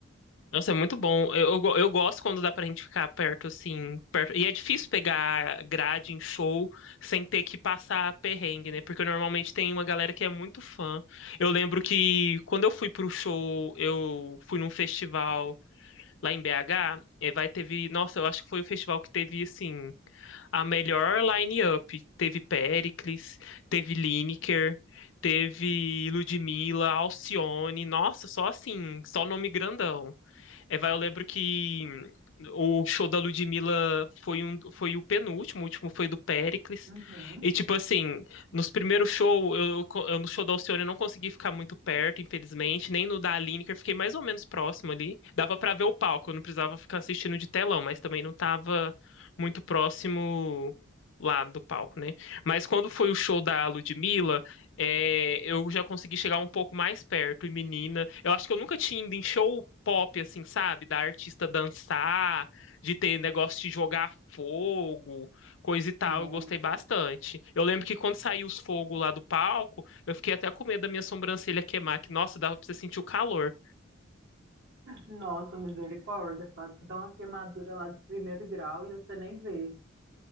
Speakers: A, on the left; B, on the right.
A: Nossa, é muito bom. Eu, eu, go- eu gosto quando dá pra gente ficar perto, assim, perto. E é difícil pegar grade em show sem ter que passar perrengue, né? Porque normalmente tem uma galera que é muito fã. Eu lembro que quando eu fui pro show, eu fui num festival lá em BH, e vai teve, nossa, eu acho que foi o festival que teve assim a melhor line-up. Teve Péricles, teve Lineker, teve Ludmilla, Alcione. Nossa, só assim, só nome grandão. É, vai, eu lembro que o show da Ludmilla foi, um, foi o penúltimo, o último foi do Péricles.
B: Uhum.
A: E, tipo assim, nos primeiros shows, eu, eu co- eu no show da Alcione eu não consegui ficar muito perto, infelizmente, nem no da Aline, que eu fiquei mais ou menos próximo ali. Dava pra ver o palco, eu não precisava ficar assistindo de telão, mas também não tava muito próximo lá do palco, né? Mas quando foi o show da Ludmilla, é, eu já consegui chegar um pouco mais perto. E menina, eu acho que eu nunca tinha ido em show pop, assim, sabe? Da artista dançar, de ter negócio de jogar fogo, coisa e tal.
B: Nossa,
A: Eu gostei bastante. Eu lembro que quando saiu os fogos lá do palco, eu fiquei até com medo da minha sobrancelha queimar, que, nossa, dava pra você sentir o calor.
B: Nossa, misericórdia, quase que dá uma queimadura lá de primeiro grau e você nem vê.